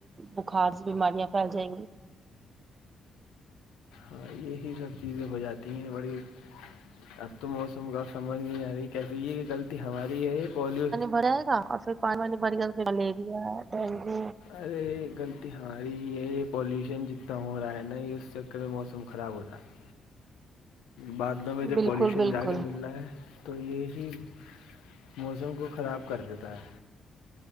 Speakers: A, on the right; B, on the left.
A: بخار بیماریاں پھیل جائیں گی
B: ہاں یہی سب چیزیں ہو جاتی ہیں بڑی اب تو موسم کا سمجھ نہیں آ رہی ہے کیسے یہ کہ غلطی ہماری ہے یہ پلیو
A: بھرائے گا اور پھر پانی پانی بھر گیا تو ملیریا ڈینگو
B: ارے غلطی ہماری ہی ہے یہ پالیوشن جتنا ہو رہا ہے نا یہ اس چکر میں موسم خراب ہو رہا ہے بعادلوں میں تو
A: بالکل
B: پالوشن
A: بالکل
B: جا کے مل رہا ہے تو یہی موسم کو خراب کر دیتا ہے